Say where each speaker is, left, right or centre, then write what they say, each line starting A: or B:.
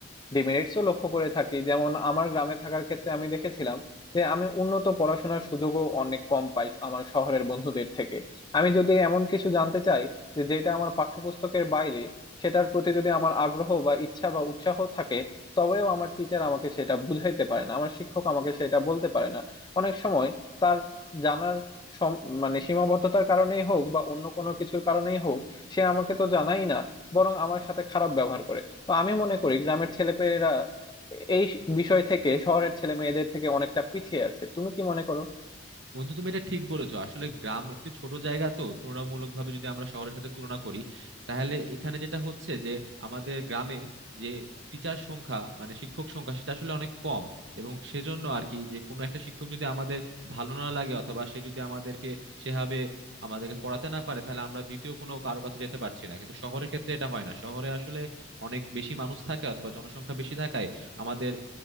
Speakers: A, on the left; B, on the right.
A: ডিমেরিটসও লক্ষ্য করে থাকি যেমন আমার গ্রামে থাকার ক্ষেত্রে আমি দেখেছিলাম যে আমি উন্নত পড়াশোনার সুযোগও অনেক কম পাই আমার শহরের বন্ধুদের থেকে আমি যদি এমন কিছু জানতে চাই যে যেটা আমার পাঠ্যপুস্তকের বাইরে সেটার প্রতি যদি আমার আগ্রহ বা ইচ্ছা বা উৎসাহ থাকে তবেও আমার টিচার আমাকে সেটা বুঝাইতে পারে না আমার শিক্ষক আমাকে সেটা বলতে পারে না অনেক সময় তার জানার সম- মানে সীমাবদ্ধতার কারণেই হোক বা অন্য কোনো কিছুর কারণেই হোক সে আমাকে তো জানাই না বরং আমার সাথে খারাপ ব্যবহার করে তো আমি মনে করি গ্রামের ছেলেপেলেরা এই বিষয় থেকে শহরের ছেলে মেয়েদের থেকে অনেকটা পিছিয়ে আছে তুমি কি মনে করো
B: বন্ধু তুমি এটা ঠিক বলেছো আসলে গ্রাম একটু ছোট জায়গা তো তুলনামূলকভাবে যদি আমরা শহরের সাথে তুলনা করি তাহলে এখানে যেটা হচ্ছে যে আমাদের গ্রামে যে টিচার সংখ্যা মানে শিক্ষক সংখ্যা সেটা আসলে অনেক কম এবং সেজন্য আর কি যে কোনো একটা শিক্ষক যদি আমাদের ভালো না লাগে অথবা সে যদি আমাদেরকে সেভাবে আমাদেরকে পড়াতে না পারে তাহলে আমরা দ্বিতীয় কোনো কারো কাছে যেতে পারছি না কিন্তু শহরের ক্ষেত্রে এটা হয় না শহরে আসলে অনেক বেশি মানুষ থাকে অথবা জনসংখ্যা বেশি থাকায় আমাদের